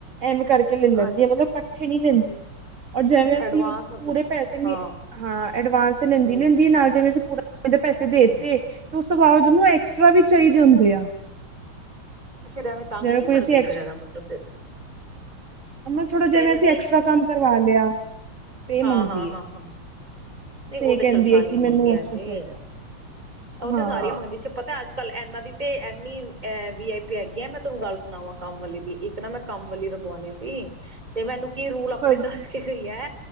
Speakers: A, on the right; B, on the right.
A: ਐਮ ਕਰਕੇ ਲੈ ਲੈਂਦੀ
B: ਅੱਛਾ
A: ਹੈ ਮਤਲਬੱ ਨੀ ਲੇਨ ਔਰ ਜੇਵੇਂ ਅਸੀਂ
B: ਐਡਵਾਂਸ
A: ਮਤਲਬ ਪੂਰੇ ਪੈਸੇ ਮਹੀ,
B: ਹਾਂ
A: ਹਾਂ ਐਡਵਾਂਸ ਤੇ ਲੈਂਦੀ
B: ਹੂੰ
A: ਨੀ ਹੂੰਦੀ, ਨਾਲ ਜਿਵੇਂ ਅਸੀਂ ਨਾਂ ਪੈਸੇ ਦੇਤੇ,
B: ਹੂੰ
A: ਤੇ ਉਸ ਤੋਂ ਬਾਅਜ ਜੇ ਉਹਨੂੰ ਐਕਸਟਰਾ ਵੀ ਚਾਹੀ ਹੁੰਦੇ ਆ।
B: ਤੇ ਫਿਰ ਐਵੇਂ ਤੰਗ
A: ਜਿਵੇਂ
B: ਨਹੀਂ
A: ਕੋਈ
B: ਕਰਦੇ
A: ਅਸੀਂ
B: ਫਿਰ ਇਹਦਾ ਮਤਲਬ ਤੇ
A: ਉਹਨਾਂ ਨਾ ਥੋੜਾ ਜੇਵੇ
B: ਫੇਰ
A: ਸ ਤੇ ਐਕਸਟਰਾ ਕੰਮ ਕਰਵਾ ਲਿਆ। ਤੇ ਮੰਗਦੀ
B: ਹਾਂ-ਹਾਂ-ਹਾਂ-ਹਾਂ।
A: ਹੈ
B: ਨਹੀਂ ਉਹ ਤੇ
A: ਕਹਿੰਦੀ
B: ਚੱਲ ਸਾਰੀਆਂ
A: ਹੈ ਕਿ ਮੈਨੂੰ
B: ਮੰਗਦੀਆ
A: ਐਕਸਟਰਾ
B: ਜੇ,
A: ਚਾਹੀਦਾ
B: ਉਹ ਤੇ
A: ਹਾਂ
B: ਸਾਰੀਆਂ ਮੰਗਦੀ ਚ ਪਤਾ ਅੱਜ ਅੱਜ ਕੱਲ ਇਹਨਾਂ ਦੀ ਤੇ ਇਨੀ ਏਹ ਵੀ ਆਈ ਪੀ ਹੈਗੀ ਆ, ਮੈਂ ਤੁਹਾਨੂੰ ਗੱਲ ਸੁਣਾਵਾਂ ਕੰਮ ਵਾਲੀ ਦੀ, ਇੱਕ ਨਾ ਮੈਂ ਕੰਮ ਵਾਲੀ ਰਗਵਾਉਣੀ ਸੀ, ਤੇ ਮੈਨੂੰ ਕੀ ਰੂਲ ਆਪਣੇ
A: ਹਾਂਜੀ
B: ਦੱਸ ਕੇ ਗਈ ਐ?